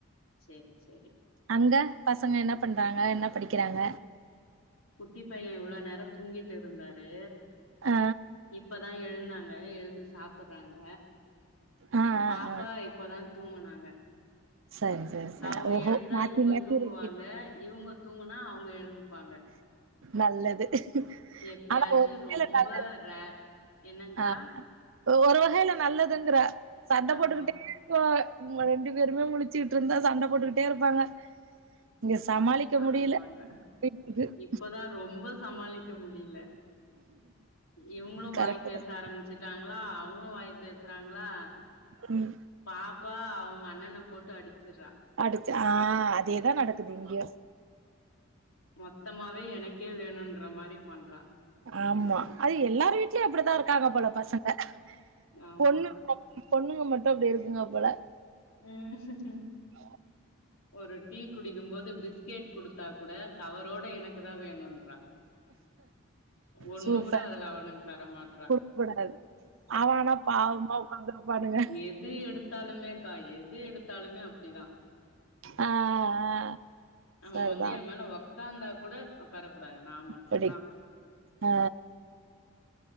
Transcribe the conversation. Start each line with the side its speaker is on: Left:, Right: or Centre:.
Left: செரி செரி
Right: அங்க பசங்க என்ன பண்றாங்க என்ன படிக்கிறாங்க
Left: குட்டி பையே இவ்ள நேரோ தூங்கிட்டு இருந்தாரு
Right: ஆ
Left: இப்பதா எழுந்தாங்க எழுந்து சாப்பறாங்க
Right: ஆ ஆ
Left: பாப்பா
Right: ஆ
Left: இப்பதா தூங்குனாங்க
Right: சரி சரி சரி
Left: அவுங்க
Right: ஓஹோ
Left: எழுந்தா
Right: மாத்தி
Left: இவுங்க
Right: மாத்தி
Left: தூங்குவாங்க
Right: ரொட்டீன்
Left: இவுங்க தூங்குனா அவுங்க எழுந்து ப்பாங்க
Right: நல்லது
Left: எப்பயாச்சு
Right: ஆனா ஒரு வகையில
Left: ரொம்ப
Right: நல்லது
Left: ரேர் என்னங்க்கா
Right: ஆ ஒரு வகையில நல்லதுங்றே சண்ட
Left: ஆமா
Right: போட்டுக்கிட்டே போ இவுங்க ரெண்டு பேருமே முழுச்சுக்கிட்டு இருந்தா சண்ட போட்டுக்கிட்டே இருப்பாங்க இங்க சமாளிக்க
Left: ஆமாக்கா
Right: முடியல <inaudible>
Left: இப்பதா ரொம்ப சமாளிக்க முடிய்ல இவுங்களு
Right: கரெக்ட்
Left: வாய் பேச
Right: தான்
Left: ஆரம்பிச்சு ட்டாங்ளா அவுங்களு வாயி பேசுறாங்ளா
Right: ம்
Left: பாப்பா அவுங்க அண்ணன போட்டு அடிச்சறா
Right: அடுத்து ஆ அதேதா நடக்குது இங்யு
Left: மொத்தமாவே எனக்கே வேணுன்ற மாரி பண்றா
Right: ஆம்மா அது எல்லாரு வீட்லயு அப்புடித்தா இருக்காங்க போல பசங்க
Left: ஆமா
Right: பொண்ணு பொண்ணுங்க மட்டும் அப்புடி இருக்குங்க போல
Left: ம்
Right: ஆ
Left: ஒரு டீ குடிக்கும் போது பிஸ்கெட் குடுத்தா கூட கவரோட எனக்கு தா வேணுன்றா ஒன்னு
Right: சூப்பர்
Left: கூட அதுல அவனுக்கு தர மாட்றா
Right: குடுக்க கூடாது அவன் ஆனா பாவமா உட்காந்துருப்பானுங்க
Left: எது எடுத்தாலுமேக்கா எது எடுத் தாலுமே அப்டிதா
Right: ஆ ஆ
Left: அவங்க
Right: சரிதான்
Left: வந்து என் மேல ஒக்காந்தா கூட ஒக்கார கூட நா மட்டுந்தா
Right: அப்படி ஆ